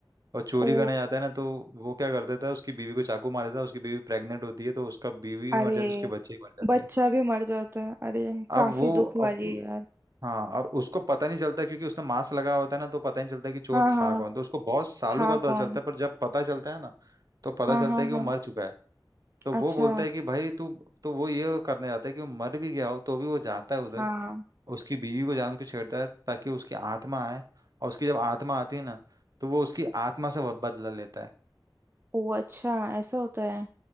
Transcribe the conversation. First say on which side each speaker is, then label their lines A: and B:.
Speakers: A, on the right; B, on the right.
A: और चोरी
B: ओ
A: करने जाता है ना तो वो क्या कर देता है उसकी बीवी को चाकू मार देता है उसकी बीवी प्रेग्नेंट होती है तो उसका बीवी
B: अरे
A: भी मर जाती है उसके बच्चे भी मर जाते
B: बच्चा
A: हैं
B: भी मर जाता है अरे काफी
A: अब वो
B: दुख वाली
A: अब
B: है यार
A: हाँ और उसको पता नहीं चलता क्योंकि उसने मास्क लगा होता है ना तो पता नहीं चलता कि चोर
B: हाँ
A: था
B: हाँ
A: कौन तो उसको बहुत सालों
B: था
A: बाद पता
B: कौन
A: चलता है पर जब पता चलता है ना तो पता
B: हाँ
A: चलता
B: हाँ
A: है कि
B: हाँ
A: वो मर चुका है तो वो
B: अच्छा
A: बोलता है कि भाई तू तो वो ये करने जाता है कि वो मर भी गया हो तो भी वो जाता है उधर
B: हाँ
A: उसकी बीवी को जान के छेड़ता है ताकि उसकी आत्मा आए और उसकी जब आत्मा आती है ना तो वो उसकी आत्मा से बदला लेता है
B: ओ अच्छा ऐसा होता है